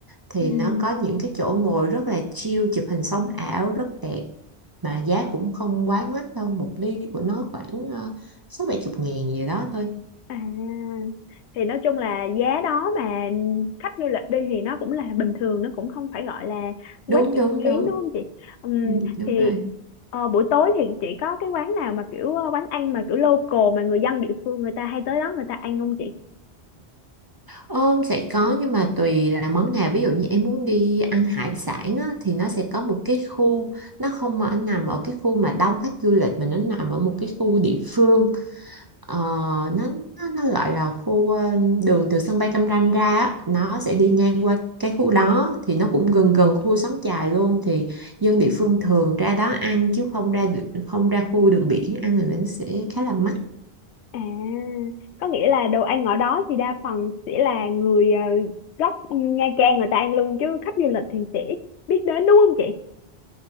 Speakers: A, on the right; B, on the left.
A: thì
B: ừ
A: nó có những cái chỗ ngồi rất là chill chụp hình sóng ảo rất đẹp mà giá cũng không quá mắc đâu một ly của nó khoảng ờ, sáu bảy chục ngàn gì đó thôi
B: à thì nói chung là giá đó mà khách du lịch đi thì nó cũng là bình thường nó cũng không phải gọi là quá
A: đúng
B: chặt
A: đúng
B: chém
A: đúng
B: đúng không chị Ừm,
A: Ừ, đúng
B: thì
A: rồi
B: ờ, buổi tối thì chị có cái quán nào mà kiểu ờ, quán ăn mà kiểu local mà người dân địa phương người ta hay tới đó người ta ăn không chị
A: Ôm sẽ có nhưng mà tùy là món nào ví dụ như em muốn đi ăn hải sản á, thì nó sẽ có một cái khu nó không ở nằm ở cái khu mà đông khách du lịch mà nó nằm ở một cái khu địa phương ờ, nó, nó nó gọi là khu ờ, đường từ sân bay Cam Ranh ra á, nó sẽ đi ngang qua cái khu đó thì nó cũng gần gần khu Xóm Chài luôn thì dân địa phương thường ra đó ăn chứ không ra không ra khu đường biển ăn thì nó sẽ khá là mắc
B: À, có nghĩa là đồ ăn ở đó thì đa phần sẽ là người ờ, gốc Nha Trang người ta ăn luôn chứ khách du lịch thì sẽ ít biết đến đúng không chị?